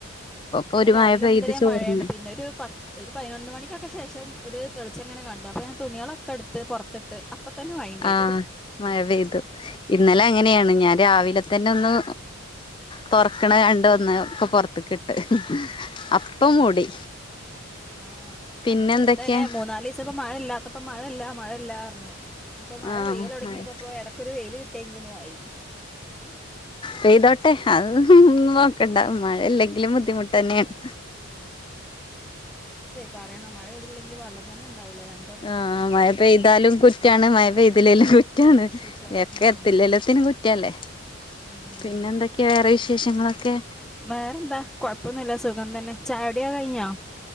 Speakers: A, on the left; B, in the centre.
A: പ്പപ്പൊരു
B: ഇവിടെ രാവിലെ
A: മഴ പെയ്ത്
B: മുതലേ
A: ചോർന്ന്
B: മഴയാണ് പിന്നെ ഒരു പത്ത് ഒരു പൈ നൊന്ന് മണിക്കൊക്കെ ശേഷം ഒരു തെളിച്ചം ഇ ങ്ങനെ കണ്ടു അപ്പൊ ഞാൻ തുണികളൊക്കെ എടുത്ത് പൊർ ത്തിട്ട് ഇപ്പ തന്നെ പെയ്തു
A: ആഹ മഴ പെയ്തു ഇന്നലെ അങ്ങനെയാണ് ഞാൻ രാവിലെ തന്നെ ഒന്ന് തൊറക്കണെ കണ്ട് വന്ന് ഒക്കെ പൊറ ത്ത് ക്കിട്ട് അപ്പൊ മൂടി
B: ആഹ്
A: പിന്നെ
B: നമ്മള്
A: എന്തൊക്കെയാ
B: ഇതന്നെ മൂന്നാലീ സം പ്പം മഴ ഇല്ലാത്തപ്പോ മഴയില്ല മഴ ഇല്ലാർനു, അപ്പൊ മഴ
A: ആഹ്
B: പെയ്യൽ ഒ ടങ്ങിയപ്പൊ
A: മഴ
B: പ്പൊ ഇടക്കൊ ഒരു വെയ് ല് കിട്ടിയെങ്കി ന്ന് ആയി
A: പെയ്തോട്ടെ <unintelligible> നോക്കണ്ട മഴല്ലെങ്കിലും ബുദ്ധിമുട്ട് ന്നെണ്
B: പറേ ണം മഴപെയ്തില്ലെങ്കി വള്ളം തന്നെ ഉണ്ടാവൂ ല്ലഞ
A: ആഹ് മഴ പെയ്താലും കു കുറ്റാണ് മയ പെയ്തില്ലെ ലും കുറ്റാണ്
B: കുറ്റ
A: എക്ക
B: ഉം
A: എത്തില്ലെല്ലോത്തിനും കുറ്റല്ലേ
B: ഉം
A: പിന്നെ എന്തൊക്കെ വേറെ വിശേഷങ്ങളൊക്കെ?
B: വേറെന്താ കുഴപ്പമൊന്നുമില്ല സുഖം തന്നെ ചായകുടി കഴിഞ്ഞോ?